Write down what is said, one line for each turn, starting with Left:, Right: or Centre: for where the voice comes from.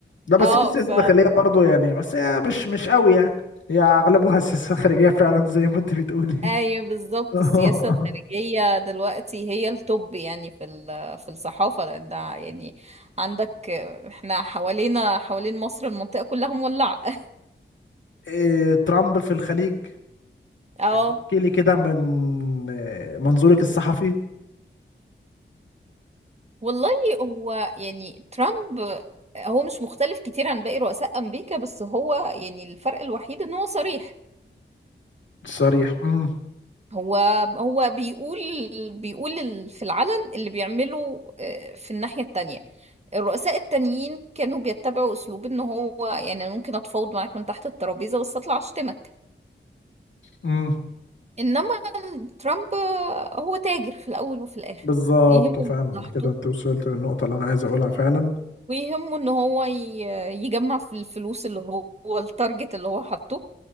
Left: لا بس
Right: اه
Left: في سياسة
Right: ف
Left: داخلية برضو يعني بس هي مش مش قوي يعني هي اغلبها <laughs> سياسة خارجية فعلا زي ما انت بتقولي
Right: ايوه بالظبط
Left: <laughs>
Right: السياسة الخارجية دلوقتي هي التوب يعني في ال- في الصحافة لان ده يعني عندك احنا حوالينا حوالين مصر المنطقة كلها مولعة <laughs>
Left: إيه ترامب في الخليج
Right: اه
Left: احكي لي كده من آه، منظورك الصحفي
Right: والله هو يعني ترامب هو مش مختلف كتير عن باقي رؤساء امريكا بس هو يعني الفرق الوحيد ان هو صريح
Left: الصريح امم
Right: هو هو بيقول بيقول ال- في العلن اللي بيعمله آه، في الناحية التانية الرؤساء التانيين كانوا بيتبعوا أسلوب إن هو يعني أنا ممكن أتفاوض معاك من تحت الترابيزة بس أطلع أشتمك
Left: امم
Right: إنما ترامب آه، هو تاجر في الأول وفي الآخر
Left: بالظبط
Right: يهمه
Left: فعلا
Right: مصلحته
Left: كده انت وصلت للنقطة اللي انا عايز اقولها فعلا
Right: ويهمه إن هو ي- يجمع في الفلوس اللي هو التارجت اللي هو حاطه